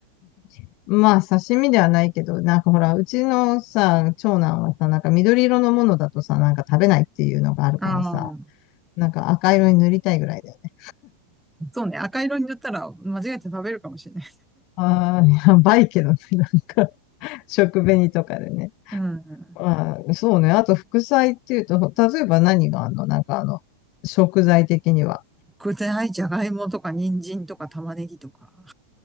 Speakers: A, on the left (about 40°); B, in the centre.
A: ん。まあ、刺身ではないけど、なんかほら、うちのさ、長男はさ、なんか緑色のものだとさ、なんか食べないっていうのがあるからさ、
B: ら。ああ、
A: なんか赤色に塗りたいぐらいだよね。
B: そうね、赤色に塗ったら間違えて食べるかもしれない。
A: ああ、やばいけどね、なんか、<laughs> 食紅とかでね。
B: うん。
A: あー、そうね。あと、副菜っていうと、例えば何があんのなんかあの、食材的には。
B: 具材、じゃがいもとか、人参とか、玉ねぎとか。